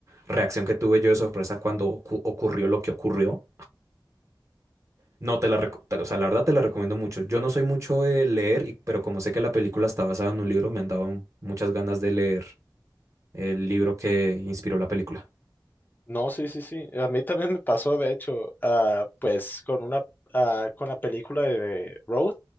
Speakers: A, on the right (about 40°); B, on the left (about 25°).
A: reacción que tuve yo de sorpresa cuando ocu- ocurrió lo que ocurrió. No, te la, reco- te la- o sea, la verdad te la recomiendo mucho. Yo no soy mucho de leer, y- pero como sé que la película está basada en un libro, me han dado muchas ganas de leer el libro que inspiró la película.
B: No, sí, sí, sí. A mí también me pasó, de hecho, ah, pues con una, ah, con la película de Road.